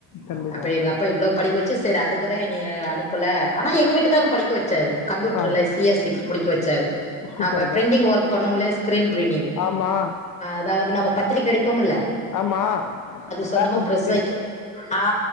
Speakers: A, on the left (about 65°); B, on the left (about 20°).
A: கண்டிப்பா.
B: அப்ப எங்க அப் பா இவ்ளோ படிக்க வச்சு சரி அதுக்குதா என்னய அனுப்புல ஆனா எங்க வீட்டுக்காரும் படிக்க வச்சாரு கம்ப்யூட்டர்ல
A: ஆ,
B: சி எஸ் சி முடிக்க வச்சாரு
A: சூப்பர்க்கா.
B: நாம்ப பிரிண்டிங் ஒர்க் பண்ணோம்லே ஸ்கிரீன் பிரிண்டிங்
A: ஆமா
B: அதாவது நம்ம பத்திரிக்க அடிப்போமுல்ல
A: ஆமா கிராஃபிக்
B: சொந்தமா ப்ரஸ்
A: டிசைனிங்.
B: வைக்க ஆ